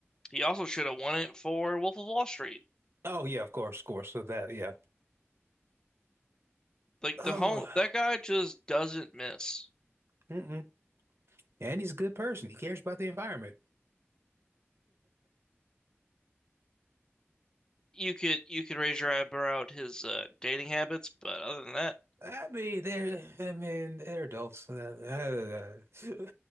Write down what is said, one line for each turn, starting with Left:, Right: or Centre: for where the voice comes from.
Left: He also should have won it for Wolf of Wall Street.
Right: Oh yeah, of course, of course. So that yeah.
Left: Like
Right: Oh,
Left: the whole that guy just doesn't miss.
Right: mm-mm. And he's a good person. He cares about the environment.
Left: You could you could raise your eyebrow at his uh, dating habits, but other than that,
Right: I mean, they're I mean they're adults. Uh, uh, <laughs>